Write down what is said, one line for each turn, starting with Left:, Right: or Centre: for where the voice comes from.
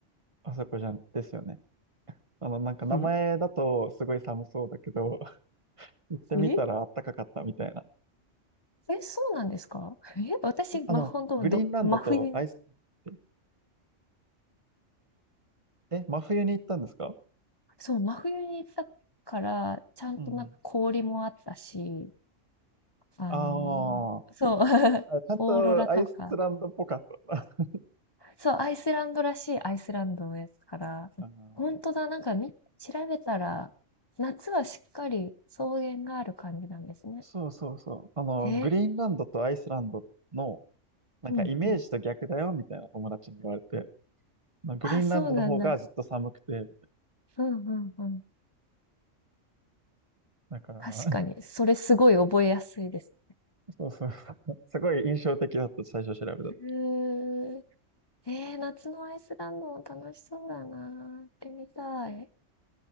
Right: あそこじゃん、ですよね。あの、なんか名前だとすごい寒そうだけど、
Left: え、
Right: <laughs> 行ってみたらあったかかったみたいな。
Left: え、え、そうなんですかえ、私、ま、
Right: あの、
Left: 本当ど、
Right: グリーンランドとアイスランドっ
Left: 真冬に、
Right: て、え、真冬に行ったんですか
Left: そう、真冬に行ったから、ちゃんとなんか氷もあったし、
Right: うんうん。
Left: あの、
Right: あー
Left: そう、<laughs>
Right: あ、ちゃんとアイスランドっぽかったな。
Left: オーロラとか。
Right: <laughs>
Left: そう、アイスランドらしいアイスランドのやつから、
Right: あー
Left: 本当だ、なんかみ、調べたら、夏はしっかり草原がある感じなんですね。
Right: そうそうそう。あの、
Left: へえ、
Right: グリーンランドとアイスランドの、なんかイメージと逆だよみたいな友達に言われて、
Left: うんうん。
Right: まあ、グリーンランドの方がずっと寒くて、
Left: あ、そうなんだ。うんうんうん。
Right: だから、
Left: 確かに、それすごい覚えやすいです。
Right: <laughs> そうそうそう、すごい印象的だった、最初調べた時
Left: へえ、えー、夏のアイスランドも楽しそうだな。行ってみたい。